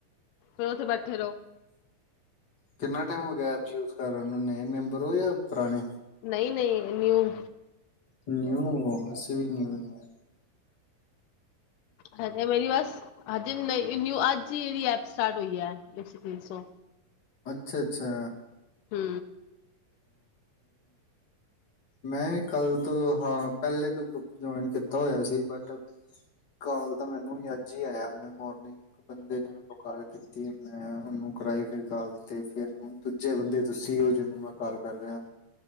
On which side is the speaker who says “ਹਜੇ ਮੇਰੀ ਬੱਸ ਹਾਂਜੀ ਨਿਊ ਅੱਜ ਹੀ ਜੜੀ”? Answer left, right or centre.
Left